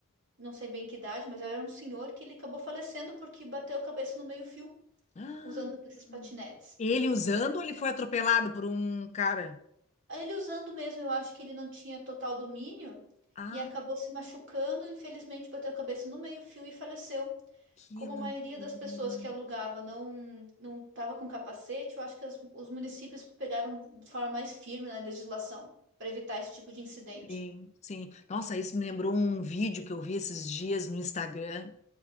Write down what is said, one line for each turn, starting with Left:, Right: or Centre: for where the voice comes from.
Right: não sei bem que idade, mas era um senhor que ele acabou falecendo porque bateu a cabeça no meio-fio
Left: ah.
Right: usando desses patinetes.
Left: Ele usando ou ele foi atropelado por um cara?
Right: Ele usando mesmo, eu acho que ele não tinha total domínio
Left: Ah.
Right: e acabou se machucando. Infelizmente, bateu a cabeça no meio-fio e faleceu.
Left: Que
Right: Como
Left: loucura.
Right: a maioria das pessoas que alugava não não estava com capacete, eu acho que as- os municípios pegaram de forma mais firme na legislação para evitar esse tipo de incidente.
Left: Sim, sim. Nossa, isso me lembrou um vídeo que eu vi esses dias no Instagram